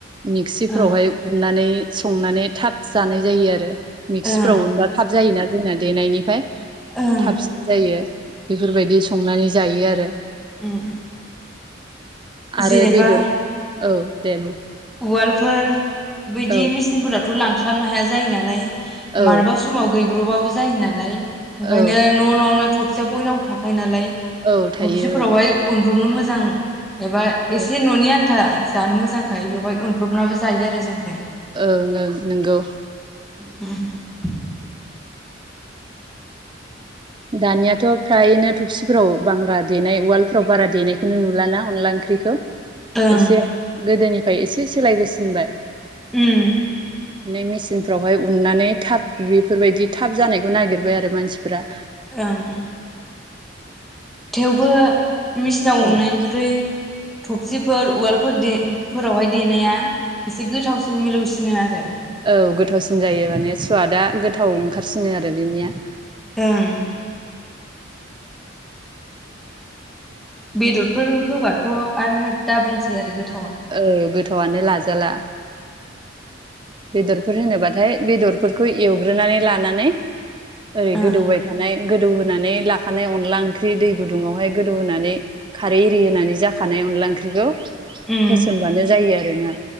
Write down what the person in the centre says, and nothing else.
ओं
ओं
ओं
उम।
जेनेबा।
उवालफोर। बैदि
मिसिनिफोर <unintelligible> लांफ्लाबनो हाया जायो नालाय।
मारबा समाव गै ग्रबाबबो जायो नालाय। ओंखायनो
न' न'आवनो थ बयनावबो थाखायो नालाय
थफसिफोरावहाय उनब्रबनो मोजां एबा
एसे
ननि आन्था जानो मोजां ओंखायो बेवहाय उनब्रबनाबो जायो आरो जोंखि
<inaudible>
ओं
उम
ओं थेवबो मेसिनाव
उन्नायनिफ्राय थबसिफोर उवालफोर दे फोरावहाय देनाया एसे गोथावसिन मिलौसिन <unintelligible> आरो
ओं बेदरफोर होबाथ आरो दा बुंसै आरो गो
ओं
उम